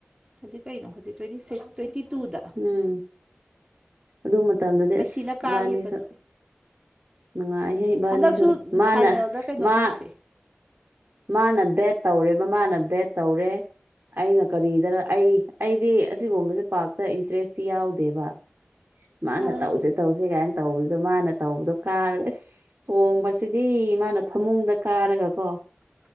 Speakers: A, on the right; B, on the right.
A: ꯍꯧꯖꯤꯛ ꯀꯩꯅꯣ ꯍꯧꯖꯤꯛ ꯇ꯭ꯋꯦꯟꯇꯤ ꯁꯤꯛꯁ ꯇ꯭ꯋꯦꯟꯇꯤ ꯇꯨꯗ
B: ꯎꯝ ꯑꯗꯨ ꯃꯇꯝꯗꯗꯤ
A: ꯃꯦꯁꯤꯅ
B: ꯑꯁ
A: ꯀꯥꯈꯤꯕꯗꯣ
B: ꯏꯕꯥꯅꯤ ꯁꯨ ꯅꯨꯡꯉꯥꯏꯍꯦ ꯏꯕꯥꯅꯤꯁꯨ
A: ꯍꯟꯗꯛꯁꯨ
B: ꯃꯥꯅ
A: ꯐꯥꯏꯅꯦꯜꯗ ꯀꯩꯅꯣ
B: ꯃꯥ
A: ꯇꯧꯁꯦ
B: ꯃꯥꯅ ꯕꯦꯠ ꯇꯧꯔꯦꯕ ꯃꯥꯅ ꯕꯦꯠ ꯇꯧꯔꯦ ꯑꯩꯅ ꯀꯔꯤꯗꯔ ꯑꯩ ꯑꯩꯗꯤ ꯑꯁꯤꯒꯨꯝꯕꯁꯦ ꯄꯥꯛꯔꯇ ꯏꯟꯇꯔꯦꯁꯇꯤ ꯌꯥꯎꯗꯦꯕ ꯃꯥꯅ
A: ꯑꯥ
B: ꯇꯧꯁꯦ ꯇꯧꯁꯦ ꯀꯥꯏꯅ ꯇꯧꯕꯗꯨꯗꯣ ꯃꯥꯅ ꯇꯧꯕꯗꯣ ꯀꯥꯔꯒ ꯏꯁ ꯆꯣꯡꯕꯁꯤꯗꯤ ꯃꯥꯅ ꯐꯃꯨꯡꯗ ꯀꯥꯔꯒ ꯀꯣ